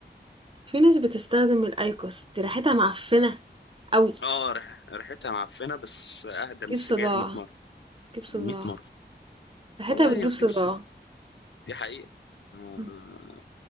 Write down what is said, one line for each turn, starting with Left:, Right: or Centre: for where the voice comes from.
Right: في ناس بتستخدم الايكوس دي ريحتها معفنه قوي
Left: اه ريح... ريحتها معفنه بس اهدى من
Right: تجيب
Left: السجاير
Right: صداع
Left: 100 مره
Right: تجيب صداع
Left: 100 مره
Right: ريحتها
Left: والله
Right: بتجيب
Left: هي بتجيب
Right: صداع
Left: السنة. دي حقيقه آه.
Right: إمم،